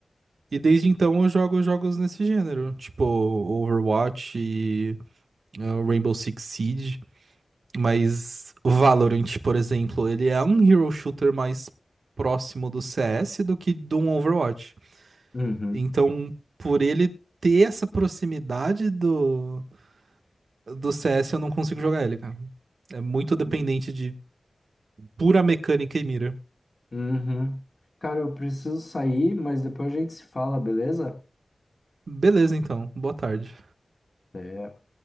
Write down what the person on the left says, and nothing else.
Uhum,
uhum. Cara, eu preciso sair, mas depois a gente se fala, beleza?
Até.